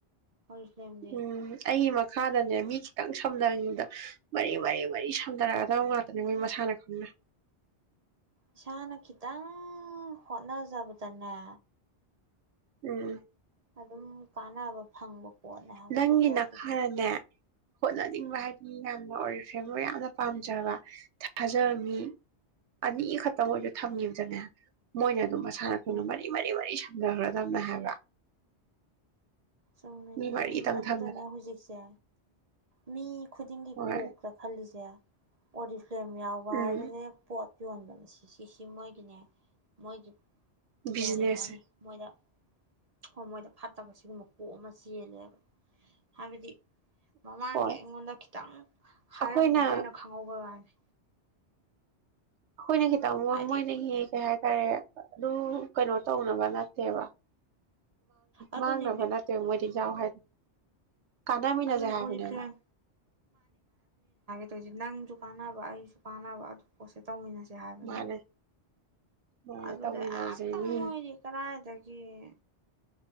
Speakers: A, on the right; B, on the right.
A: ꯑꯣꯔꯤꯐ꯭ꯔꯦꯝꯗꯤ
B: ꯎꯝ ꯑꯩꯒꯤ ꯃꯈꯥꯗꯅꯦ ꯃꯤ ꯈꯤꯇꯪ ꯁꯝꯗꯈꯤꯕꯗ ꯃꯔꯤ ꯃꯔꯤ ꯃꯔꯤ ꯁꯝꯊꯔꯛꯑꯒꯗꯧꯕ ꯉꯥꯛꯇꯅꯦ ꯃꯣꯏ ꯃꯁꯥꯅ ꯈꯪꯅꯥ
A: ꯏꯁꯥꯅ ꯈꯤꯇꯪ ꯍꯣꯠꯅꯖꯕꯗꯅꯦ
B: ꯎꯝ
A: ꯑꯗꯨꯝ ꯀꯥꯟꯅꯕ ꯐꯪꯕ ꯄꯣꯠꯅꯦ ꯍꯥꯏꯕ
B: ꯅꯪꯒꯤ
A: ꯑꯗꯨ ꯄꯣꯠꯇꯨꯗꯩ
B: ꯅꯈꯥꯗꯅꯦ ꯍꯣꯠꯅꯅꯤꯡꯕ ꯍꯥꯢ ꯃꯤ ꯌꯥꯝ ꯑꯣꯔꯤꯐꯦꯝ ꯃꯋꯥꯝ ꯄꯥꯝꯖꯕ ꯊꯥꯖꯕ ꯃꯤ ꯑꯅꯤꯈꯛꯇꯪ ꯑꯣꯏꯁꯨ ꯊꯝꯒꯤꯕꯗꯅꯦ ꯃꯣꯏꯅ ꯃꯁꯥꯅ ꯈꯪꯅ
A: ꯎꯝ
B: ꯃꯔꯤ ꯃꯔꯤ ꯃꯔꯤ ꯖꯒꯔ ꯗꯝꯝꯦ ꯍꯥꯏꯕ
A: ꯁꯨꯝ ꯂꯩꯅꯦ
B: ꯃꯤ ꯃꯔꯤꯗꯪ
A: ꯑꯗꯨꯗꯅꯦ
B: ꯊꯝꯕꯗ
A: ꯍꯧꯖꯤꯛꯁꯦ ꯃꯤ ꯈꯨꯗꯤꯡꯒꯤ
B: ꯍꯣꯏ
A: ꯀꯣꯛꯇ ꯈꯜꯂꯤꯁꯦ ꯑꯣꯔꯤ ꯐ꯭ꯂꯦꯝ ꯌꯥꯎꯕ
B: ꯎꯝ
A: ꯍꯥꯏꯕꯁꯦ ꯄꯣꯠ ꯌꯣꯟꯕ ꯁꯤ ꯁꯤꯁꯤ ꯃꯣꯏꯒꯤꯅꯦ ꯃꯣꯏꯒꯤ
B: ꯕꯤꯖꯤꯅꯦꯁꯁꯦ
A: ꯀꯔꯤ ꯍꯥꯏꯅꯤ ꯃꯣꯏꯗ ꯍꯣꯏ ꯃꯣꯏꯗ ꯐꯠꯇꯕ ꯁꯤꯒꯨꯝꯕ ꯀꯣꯛ ꯑꯃ ꯆꯦꯜꯂꯦꯕ ꯍꯥꯏꯕꯗꯤ ꯃꯃꯥꯡꯒꯤ
B: ꯍꯣꯏ
A: ꯑꯩꯉꯣꯟꯗ ꯈꯤꯇꯪ ꯍꯥꯏꯔꯝꯕꯗꯣ
B: ꯑꯩꯈꯣꯏꯅ
A: ꯑꯩꯅ ꯈꯪꯍꯧꯕꯩ ꯋꯥꯅꯤ
B: ꯑꯩꯈꯣꯏꯅ ꯈꯤꯇꯪ ꯃꯣ
A: ꯍꯥꯏꯗꯤ
B: ꯃꯣꯏꯅꯒꯤ ꯀꯩ ꯍꯥꯏꯇꯥꯔꯦ ꯑꯗꯨ ꯀꯩꯅꯣ ꯇꯧꯅꯕ ꯅꯠꯇꯦꯕ
A: ꯑꯗꯨꯅꯦ
B: ꯃꯥꯡꯅꯕ ꯅꯠꯇꯦꯕ ꯃꯣꯏꯗꯤ ꯌꯥꯎ ꯍꯥꯏꯗꯣ ꯀꯥꯟꯅꯃꯤꯟꯅꯁꯦ
A: ꯑꯗꯨꯅꯦ
B: ꯍꯥꯏꯕꯅꯦꯕ
A: ꯑꯣꯔꯤꯐ꯭ꯂꯦꯝ ꯑꯗꯨꯗꯤ ꯅꯪꯁꯨ ꯀꯥꯟꯅꯕ ꯑꯩꯁꯨ ꯀꯥꯟꯅꯕ ꯑꯗꯨ ꯄꯣꯠꯁꯦ ꯇꯧꯃꯤꯟꯅꯁꯦ ꯍꯥꯏꯕꯅꯦꯕ
B: ꯃꯥꯅꯦ ꯃꯥꯅꯦ
A: ꯑꯗꯨꯗ
B: ꯇꯧꯃꯤꯟꯅꯁꯦ
A: ꯑꯦꯛꯇ
B: ꯃꯤ
A: ꯃꯣꯏꯗꯤ ꯀꯔꯥꯏꯗꯒꯤ ꯌꯦ